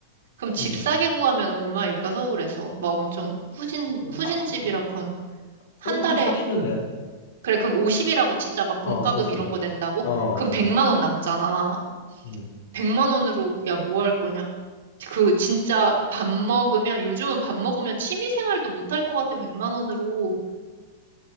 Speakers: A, on the right (about 80°); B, on the left (about 65°).
A: 그럼 집
B: 음.
A: 싸게 구하면 얼마일까, 서울에서? 막 엄청 후진,
B: 한 사,
A: 후진집이라고
B: 한,
A: 하면. 한
B: 그래도
A: 달에,
B: 한 40은 내야 돼.
A: 그래, 그럼 50이라고 치자. 막 공과금
B: 어, 그치.
A: 이런 거 낸다고?
B: 어.
A: 그럼 100만 원 남잖아.
B: 음.
A: 100만 원으로 야, 뭐 할 거냐? 그 진짜 밥 먹으면 요즘은 밥 먹으면 취미 생활도 못할 것 같아. 100만 원으로.